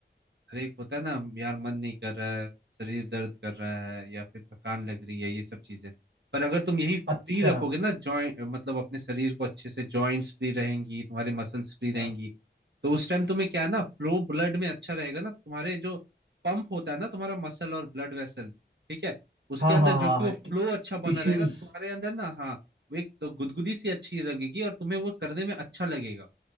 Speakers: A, on the right (about 70°); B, on the right (about 85°).
A: अरे एक होता है ना यार मन नहीं कर रहा है शरीर दर्द कर रहा है या फिर थकान लग रही है ये सब चीजें पर अगर तुम यही फ्री
B: अच्छा
A: रखोगे ना जॉइंट मतलब अपने शरीर को अच्छे से जॉइंट्स फ्री रहेंगी तुम्हारे मसल्स फ्री रहेंगी
B: हाँ
A: तो उस टाइम तुम्हें क्या है ना फ्लो ब्लड में अच्छा रहेगा ना तुम्हारे जो पंप होता है ना तुम्हारा मसल और ब्लड वेसल ठीक है उसके
B: हाँ
A: अंदर
B: हाँ
A: जो
B: हाँ
A: कि
B: हाँ
A: वो फ्लो
B: टि,
A: अच्छा
B: टिश्यूज
A: बना रहेगा तो तुम्हारे अंदर ना हाँ वो एक तो गुदगुदी सी अच्छी लगेगी और तुम्हें वो करने में अच्छा लगेगा